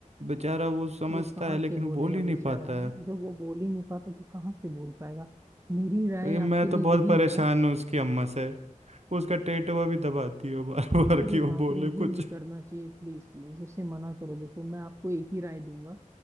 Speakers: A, on the right; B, on the right.
A: बेचारा वो समझता
B: वो कहाँ
A: है लेकिन
B: से बोलेगा
A: बोल ही नहीं
B: बेचारा
A: पाता है
B: जब वो बोल ही नहीं पाता तो कहाँ से बोल पाएगा मेरी राय
A: और ये मैं
B: आपके
A: तो
B: लिए
A: बहुत
B: यही
A: परेशान
B: है
A: हूँ उसकी अम्मा से वो उसका टेटवा भी दबाती है बार बार कि
B: अरे
A: वो
B: बाप
A: बोले
B: रे
A: कुछ
B: ये नहीं करना चाहिए प्लीज प्लीज उसे मना करो देखो मैं आपको एक ही राय दूंगा